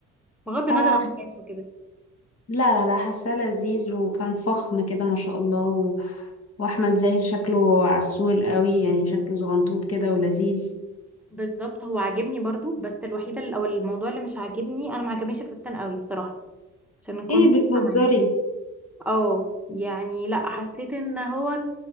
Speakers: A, in the centre; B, on the left.
A: بغض النظر
B: آه
A: عن الناس وكده
B: لا لا لا حاساه لذيذ وكان فخم كده ما شاء الله و... واحمد زاهر شكله عسول قوي يعني شكله زغنطوط كده ولذيذ
A: بالظبط هو عاجبني برضو بس الوحيدة ال- او الموضوع اللي مش عاجبني انا ما عجبنيش الفستان قوي الصراحة عشان كنت
B: ايه
A: صريحة
B: بتهزري
A: معاكي اه يعني لا حسيت ان هو